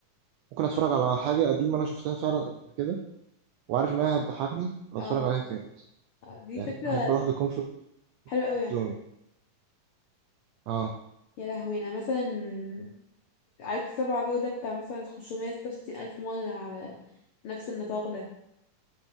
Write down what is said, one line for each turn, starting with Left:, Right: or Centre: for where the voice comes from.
Right: ممكن اتفرج على حاجه قديمه انا شفتها فعلا قبل كده وعارف انها هتضحكني واتفرج
Left: اه
Right: عليها تاني
Left: آه، دي
Right: يعني
Left: فكرة
Right: احب اروح للكومفورت
Left: حلوة قوي عامة
Right: زون اه
Left: يا لهوي انا مثلا عدت سبعة جو ده بتاع مثلا 566000 ألف مرة على نفس النطاق ده